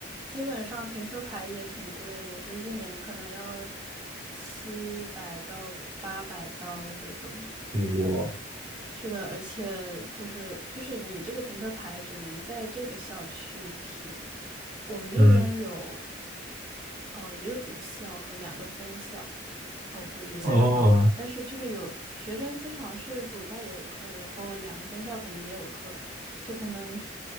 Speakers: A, on the right; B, on the right.
A: 基本上停车牌也挺贵的，就是一年可能要七百到八百刀这种。
B: 我
A: 是的，而且就是就是你这个停车牌只能在这个校区停，我们这边有
B: 嗯，
A: 哦一个主校和两个分校，哦不，有三个分校，
B: 哦，
A: 但是就是有学生经常是主校也有课，然后两个分校可能也有课，就可能